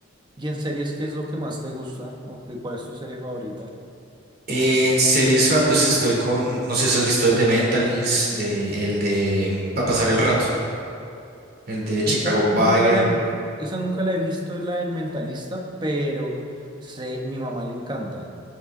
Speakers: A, on the right; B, on the right.
A: y en series qué es lo que más te gusta o qué, cuál es tu serie favorita?
B: En series, ah, pues estoy con, no sé si has visto The Mentalist, de, el de, para pasar el rato, el de Chicago
A: Esa nunca
B: Fire.
A: la he visto, esa nunca la he visto, la del Mentalista, pero sé, mi mamá le encanta.